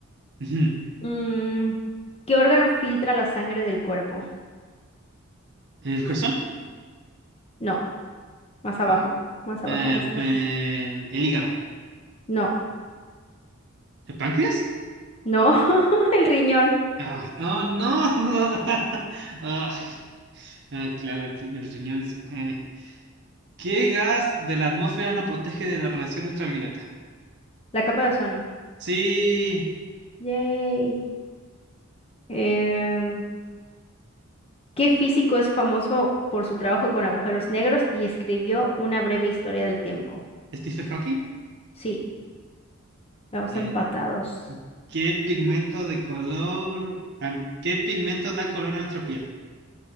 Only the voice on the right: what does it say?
<laughs>
¿El corazón?
Ah,
Eh,
pe- el hígado.
¿El páncreas?
Ay, oh, no. <laughs> no. Ay, ah, claro, el, pi- el riñón es. eh. ¿Qué gas de la atmósfera nos protege de la radiación ultravioleta?
Sí.
Stephen Hawking.
Eh,
¿qué pigmento de color. am- ¿Qué pigmento da color a nuestra piel?